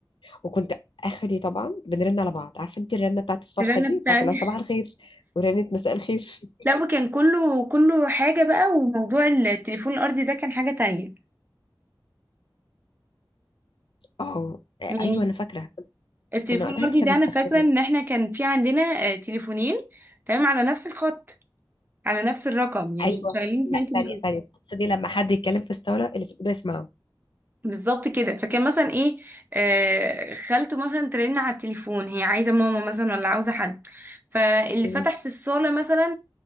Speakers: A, on the left; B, on the right.
A: وكنت اخري طبعا بنرن على بعض عارفه انت الرنه بتاعت الصبح
B: الرنه
A: دي
B: بتاعتي
A: بتاعت اللي هو صباح الخير ورنه مساء الخير <laughs>
B: <laughs> لا وكان كله كله حاجه بقى وموضوع التليفون الارضي ده كان حاجه تانية
A: اه ايوه
B: يعني
A: انا فاكره
B: التليفون
A: كنا وقتها
B: الارضي
A: لسه
B: ده
A: بنستخدمها
B: انا فاكره ان احنا كان في عندنا آه، تليفونين تمام على نفس الخط على نفس الرقم يعني
A: ايوه
B: شغالين
A: لا
B: اتنين تليفون.
A: ثانيه ثانيه بتقصدي لما حد يتكلم في الصاله اللي في الاوضه يسمعه
B: بالظبط كده فكان مثلا ايه آه خالته مثلا ترن على التليفون هي عايزه ماما مثلا ولا عاوزه حد فاللي
A: مم.
B: فتح في الصاله مثلا